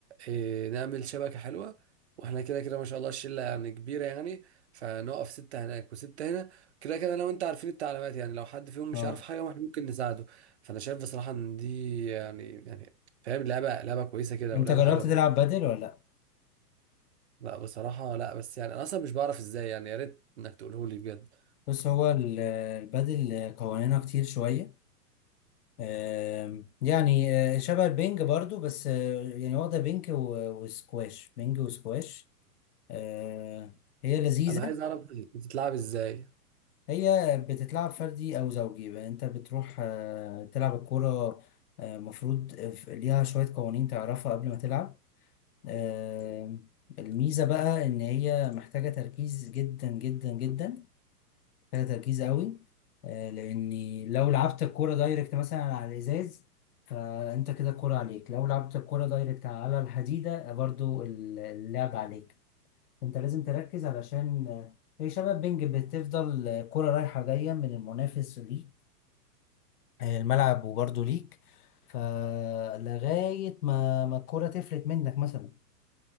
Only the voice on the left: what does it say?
اه
انت
جربت
تلعب بادل ولا لا
بص هو ال- البادل قوانينها كتير شويه آم، يعني آه، شبه البنج برضو بس آه، يعني واخده بنج و- وسكواش بنج وسكواش آه، هي لذيذه
هي بتتلعب فردي او زوجي بقى انت بتروح آه، تلعب الكوره المفروض ليها شويه قوانين تعرفها قبل ما تلعب آم، الميزه بقى ان هي محتاجه تركيز جدا جدا جدا محتاجة تركيز قوي آه، لأني لو لعبت الكورة دايركت مثلا على الإزاز فأنت كده الكورة عليك لو لعبت الكورة دايركت على الحديدة برضو ال- اللعب عليك أنت لازم تركز علشان آه، هي شبه بينج بتفضل آه، كرة رايحة جاية من المنافس ليك آه، الملعب وبرضو ليك فلغاية ما ما الكورة تفلت منك مثلا